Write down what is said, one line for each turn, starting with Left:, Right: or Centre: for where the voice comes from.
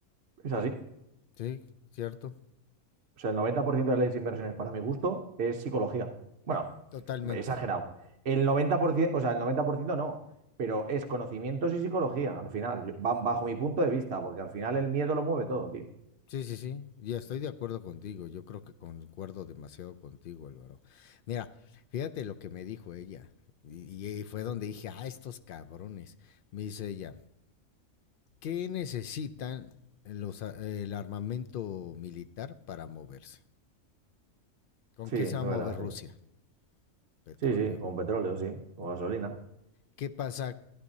Right: Es así.
Left: Sí, cierto.
Right: O sea, el 90% de las inversiones, para mi gusto, es psicología. Bueno,
Left: Totalmente.
Right: exagerado. El 90%, o sea, el 90% no, pero es conocimientos y psicología, al final, yo- ba- bajo mi punto de vista, porque al final el miedo lo mueve todo, tío.
Left: Sí, sí, sí, ya estoy de acuerdo contigo. Yo creo que concuerdo demasiado contigo, Álvaro. Mira, fíjate lo que me dijo ella. Y, y fue donde dije, ah, estos cabrones. Me dice ella, ¿qué necesitan los, a- el armamento militar para moverse? ¿Con
Right: Sí,
Left: qué
Right: es
Left: se va
Right: verdad,
Left: a mover Rusia?
Right: sí.
Left: Petróleo.
Right: Sí, sí, con petróleo, sí, con gasolina.
Left: ¿Qué pasa